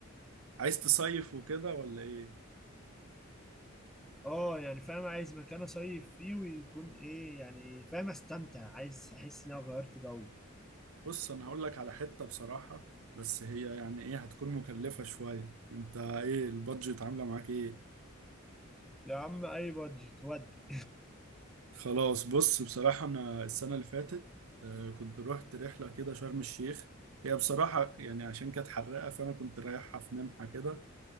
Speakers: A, on the right; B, in the centre.
A: عايز تصيف وكده ولا ايه
B: اه يعني فاهم عايز مكان اصيف فيه ويكون ايه يعني فاهم استمتع عايز احس ان انا غيرت جو
A: بص انا هقول لك على حتة بصراحة بس هي يعني ايه هتكون مكلفة شوية انت ايه البادجت عاملة معاك ايه
B: يا عم اي بادجت ودي
A: خلاص بص بصراحة انا السنة اللي فاتت آه، كنت رحت رحلة كده شرم الشيخ هي بصراحة يعني عشان كانت حرقة فانا كنت رايحها في منحة كده